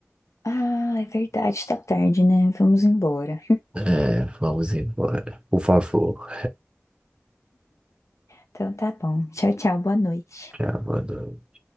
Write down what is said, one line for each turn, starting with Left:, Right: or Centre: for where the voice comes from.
Left: ah, é verdade, tá tarde, né? Vamos embora.
Right: É, vamos embora. Por favor.
Left: Então tá bom, tchau, tchau, boa noite.
Right: já boa noite.